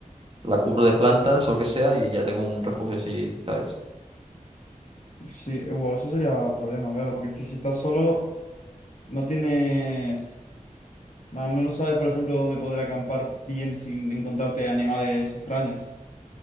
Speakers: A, on the right; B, on the left.
A: La cubro de plantas o lo que sea y ya tengo un refugio así, ¿sabes?
B: Pues sí, bueno, eso sería problema, claro, porque si, si estás solo, no tienes... No, no no sabes, por ejemplo, dónde poder acampar bien sin encontrarte animales extraños.